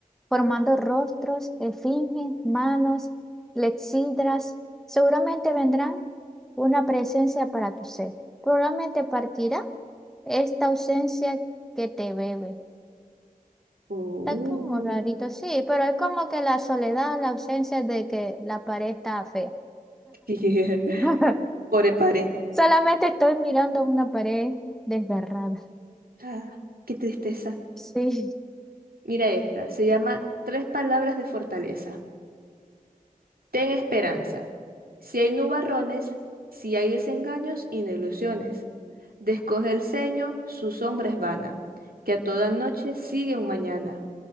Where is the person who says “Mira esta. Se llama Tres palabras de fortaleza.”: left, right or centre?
Right